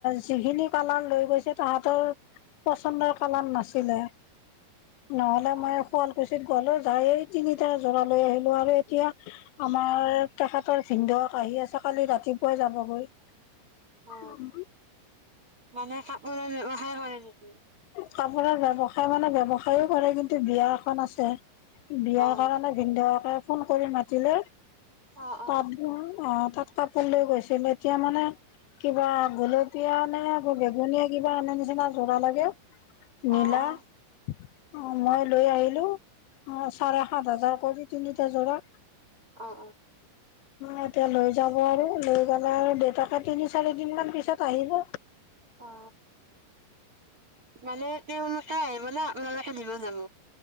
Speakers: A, on the left; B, on the right.
A: যিখিনি কালান লৈ গৈছে তাহতৰ। পন্দৰ কালাম নাছিলে নহলে
B: অ
A: মই শুৱালকুছিত গ'লো। যাই তিনিটা জৰা লৈ আহিলো আৰু এতিয়া। আমাৰ তেখেতৰ ভিনদৌ কি আছে কালি ৰাতিপুৱাই যাবগৈ।
B: অ
A: উম।
B: মানে কাপোৰৰ ব্যৱসায় কৰে নেক
A: কাপোৰৰ ব্যৱসায় মানে ব্যৱসায়ো কৰে কিন্তু বিয়া এখন আছে, বিয়াৰ
B: অ
A: কাৰণে ভিনদাউকে ফোন কৰি মাতিলে
B: অ অ
A: তাত অ, তাত কাপোৰ লৈ গৈছিল, এতিয়া মানে কিবা গোলপীয়া নে আকৌ বেগুনীয়া কিবা আনে নিচিনা যোৰা লাগে নীলা
B: অ', অ'।
A: অ', মই লৈ আহিলোঁ অ', চাৰে সাত হাজাৰ কৰি তিনিটা জোৰা।
B: অঁ।
A: এতিয়া লৈ যাব আৰু লৈ গলে আৰু। দেউতাকে তিনি চাৰি দিন মান পিছত আহিব।
B: অ মানে তেওঁ অনুাই আহিবলৈ আপোনালোকে দিব যাব।